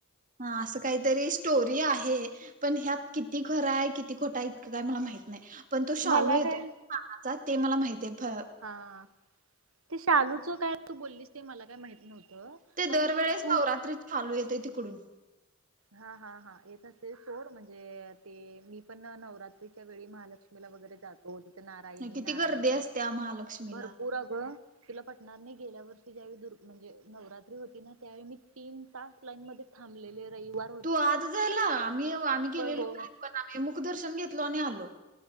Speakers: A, on the right; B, on the right.
A: हा असं काहीतरी स्टोरी आहे पण ह्यात किती खराय किती खोटाय इतकं काय मला माहित नाही पण तो शालू
B: मला
A: येते
B: काय
A: पानाचा ते मला माहितेय फ
B: हा ते शालूचं काय तू बोललीस ते मला काय माहीत नव्हतं
A: ते
B: पण
A: दरवेळेस
B: तू
A: नवरात्री शालू येतोय तिकडून.
B: हा हा हा येत असेल सोड म्हणजे ते मी पण नवरात्रीच्या वेळी महाल मीला वगैरे जातो तिथं नारायणी
A: किती
B: नारायणी
A: गर्दी असत्या
B: अस
A: महालक्ष्मीला
B: भरपूर अगं तुला पटणार नाही गेल्या वर्षी ज्यावेळी दुर् म्हणजे नवरात्री होती ना त्यावेळी मी तीन तास लाईन मध्ये थांबलेले रईवार
A: तू आज जायला आम्ही आम्ही गेलेलो
B: होय
A: काय पण आम्ही मुकदर्शन घेतलो आणि आलो.